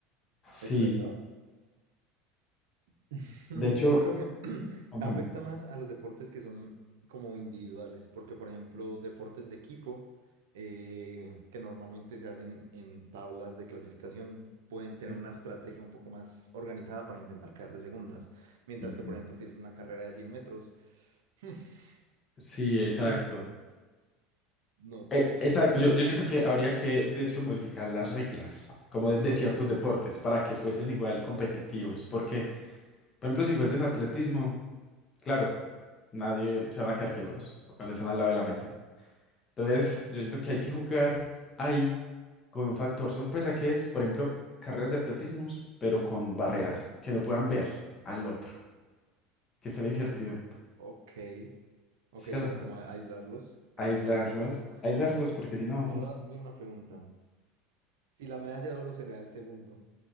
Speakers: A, on the left (about 35°); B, on the right (about 80°).
A: Sí,
B: Es verdad. <laughs>
A: de hecho,
B: Yo creo que <clears throat>
A: contame.
B: afecta más a los deportes que son como individuales, porque por ejemplo, deportes de equipo eh, que normalmente se hacen en tablas de clasificación pueden tener
A: Sí,
B: una estrategia un poco más organizada para intentar quedar de segundas, mientras
A: Ujú.
B: que por ejemplo, si es una carrera de cien metros, <laughs>
A: Sí, exacto.
B: ¿quién, No,
A: Eh,
B: uff,
A: exacto, yo, yo siento que habría que, de hecho, modificar las reglas, como de, de ciertos deportes, para que fuesen igual competitivos, porque, por ejemplo, si fuesen atletismo... Claro, nadie se van a quedar quietos cuando están al lado de la meta. Entonces, yo siento que hay que jugar ahí con un factor sorpresa que es, por ejemplo, carreras de atletismo, pero con barreras, que no puedan ver al otro, que sea la incertidumbre,
B: ok. Ok,
A: ¿cierto?
B: sería como aislarlos. Eso
A: Aislarlos,
B: tiene sentido.
A: aislarlos, porque si no,
B: Ahora, mira una pregunta. Si la medalla de oro se le da al segundo,